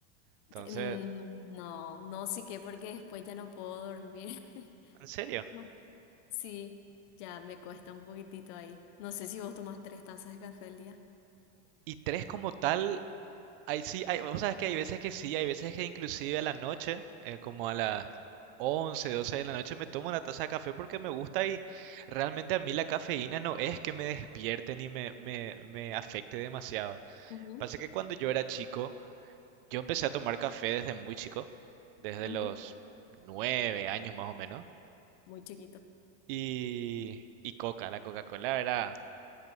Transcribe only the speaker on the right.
Entonces,
en serio.
Y tres como tal, Hay, sí, hay, vos sabés que hay veces que sí, hay veces que inclusive a la noche, eh, como a las 11 12 de la noche, me tomo una taza de café porque me gusta y realmente a mí la cafeína no es que me despierte ni me, me, me afecte demasiado.
Pasa que cuando yo era chico, yo empecé a tomar café desde muy chico, desde
los 9 años más o menos,
y, y coca, la Coca-Cola era